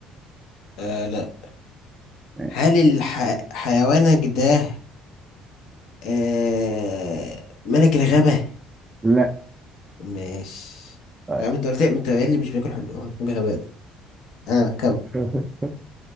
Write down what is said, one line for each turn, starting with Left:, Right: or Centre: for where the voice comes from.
Left: أه لا
Right: إيه.
Left: هل الح... حيوانك ده أه ملك الغابة
Right: لا
Left: ماشي
Right: طيب
Left: يا عم انت قلت انت قايل لي مش بياكل حلو غباء ده اه كم
Right: <laughs>